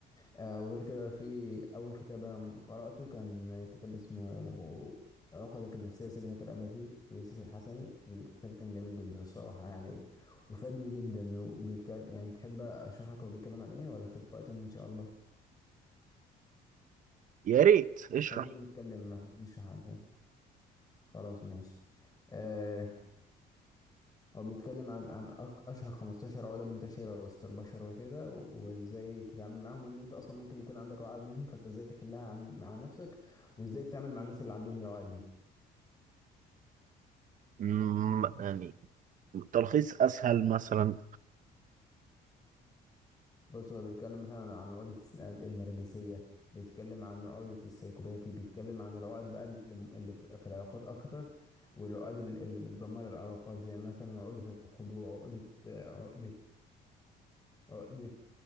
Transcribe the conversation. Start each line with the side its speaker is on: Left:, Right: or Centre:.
Left: آه وغير كده في أول كتاب أنا قرأته كان كتاب اسمه عقدك النفسية سجنك الأبدي ليوسف الحسني الكتاب كان جميل جدا الصراحة يعني و- وفادني جدا وبيتكلم يعني تحب أشرح لك هو بيتكلم عن إيه ولا في لقاء تاني إن شاء الله
Right: يا ريت اشرح
Left: خلينا نتكلم نشرح عن إيه خلاص ماشي آه هو بيتكلم عن عن أك- اشهر 15 عقده منتشره وسط البشر وكده و- وازاي تتعامل معاهم وان انت اصلا ممكن يكون عندك عقد منهم فانت ازاي تحلها عن مع نفسك وازاي تتعامل مع الناس اللي عندهم العقد دي
Right: مم، يعني التلخيص أسهل مثلا
Left: بص هو بيتكلم مثلا عن عقدة الس- عن النرجسية بيتكلم عن عقدة السيكوباتي بيتكلم عن العقد بقى اللي م- اللي بتبقى في العلاقات أكتر والعقد ال- اللي بتدمر العلاقات زي مثلا عقدة الخضوع عقدة عقدة عقدة